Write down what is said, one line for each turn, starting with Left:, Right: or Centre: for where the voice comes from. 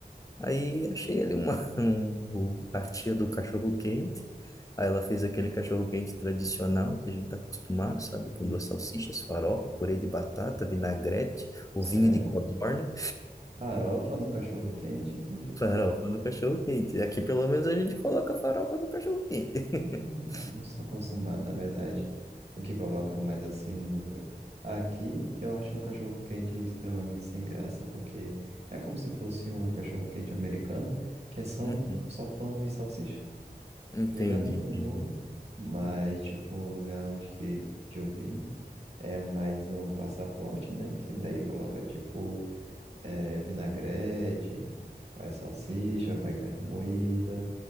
Left: Aí achei ali uma, <laughs> um- o- a tia do cachorro-quente. Aí ela fez aquele cachorro-quente tradicional que a gente tá acostumado, sabe? Com
Right: Hum,
Left: duas salsichas, farofa, purê de batata, vinagrete, o
Right: Sério?
Left: vinho de codorna.
Right: Farofa no cachorro-quente, que
Left: Farofa no cachorro-quente. Aqui pelo menos a gente coloca farofa no cachorro-quente.
Right: Não,
Left: <laughs>
Right: eu não sou acostumado, na verdade. O que coloca mais assim no lugar. Aqui eu acho um cachorro quente extremamente sem graça, porque é como se fosse um cachorro quente americano, que é só,
Left: Uhum.
Right: um- só pão e salsicha,
Left: Entendi,
Right: tá ligado? E
Left: entendi.
Right: um molho. Mas, tipo, o lugar onde que de eu vim é mais um passaporte, né? Que daí coloca, tipo, eh, vinagrete, vai salsicha, vai carne moída.